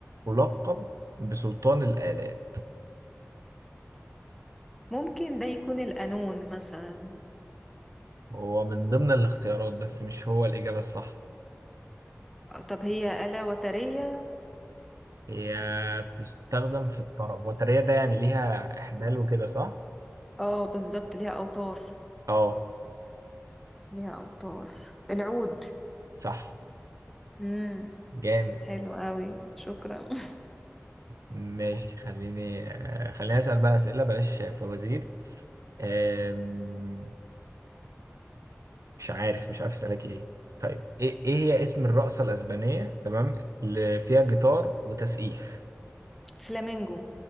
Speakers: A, on the right; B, in the centre.
A: ملقب بسلطان الآلات
B: ممكن ده يكون القانون مثلا
A: هو من ضمن الاختيارات بس مش هو الإجابة الصح
B: آه، طب هي آلة وترية
A: هي بتستخدم في الطرب وترية ده يعني ليها إحمال وكده صح؟
B: اه بالظبط ليها أوتار
A: اه
B: ليها أوتار العود
A: صح
B: امم
A: جامد
B: حلو قوي شكرا <laughs>
A: ماشي خليني آه، خليني أسأل بقى أسئلة بلاش فوازير آم، مش عارف مش عارف أسألك إيه طيب إيه إيه هي اسم الرقصة الأسبانية تمام اللي فيها جيتار وتسقيف
B: فلامينجو